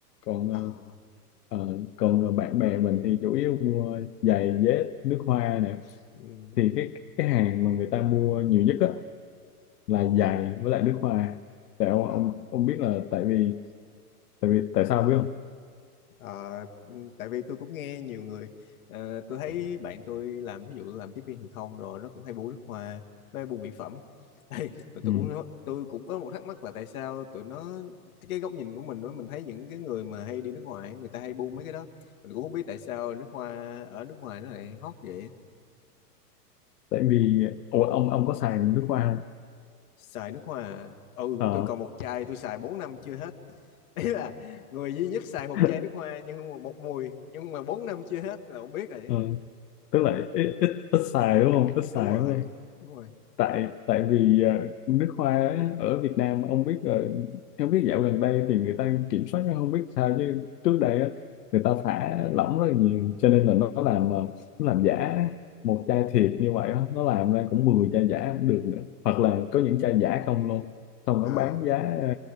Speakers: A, on the left (about 80°); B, on the left (about 60°).
A: còn
B: à,
A: ờ, ờ, còn ờ, bạn bè mình thì chủ yếu mua giày dép nước hoa nè
B: ừ,
A: thì cái cái hàng mà người ta mua nhiều nhất á là giày với lại nước hoa tại ông
B: à.
A: ông ông biết là tại vì tại vì tại sao biết không
B: Ờ, tại vì tôi cũng nghe nhiều người ờ, tôi thấy bạn tôi làm ví dụ làm tiếp viên hàng không rồi nó cũng hay buôn nước hoa với buôn mỹ phẩm <laughs> Ê, rồi
A: Ừ.
B: tôi cũng nói- tôi cũng có một thắc mắc là tại sao tụi nó cái, cái góc nhìn của mình đó, mình thấy những cái người mà hay đi nước ngoài người ta hay buôn mấy cái đó mình cũng không biết tại sao nước hoa ở nước ngoài nó lại hot vậy
A: Tại vì Ủa, ông ông có xài nước hoa không?
B: xài nước hoa à? ừ
A: Ờ,
B: tôi còn một chai tôi xài 4 năm chưa hết <laughs> đấy là người duy nhất xài
A: <laughs>
B: một chai nước hoa nhưng mà một mùi nhưng mà 4 năm chưa hết là không biết rồi
A: ờ, tức là ít, ít ít xài đúng không? Ít
B: đúng
A: xài
B: rồi
A: đúng không?
B: đúng rồi
A: Tại tại vì ờ, nước hoa á, ở Việt Nam ông biết rồi, không biết dạo gần đây thì người ta kiểm soát nó không biết sao chứ trước đây á, người ta thả lỏng rất là nhiều cho nên là nó làm ờ, nó làm giả một chai thiệt như vậy á, nó làm ra cũng 10 chai giả cũng được nữa. Hoặc là có những chai giả không luôn. Xong nó
B: à
A: bán giá ờ,